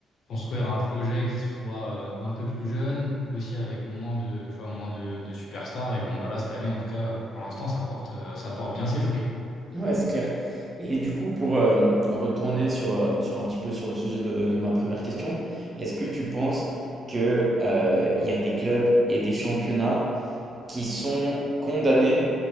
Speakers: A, on the left; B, on the right.
A: construire un projet qui soit euh, un peu plus jeune, aussi avec moins de, tu vois, moins de, de superstars. Et bon, bah là, cette année, en tout cas, pour l'instant, ça porte euh, ça porte bien ses fruits.
B: Ouais, c'est clair. Et du coup, pour euh, retourner sur, euh, sur un petit peu sur le sujet de, de ma première question, est-ce que tu penses que, euh, il y a des clubs et des championnats qui sont condamnés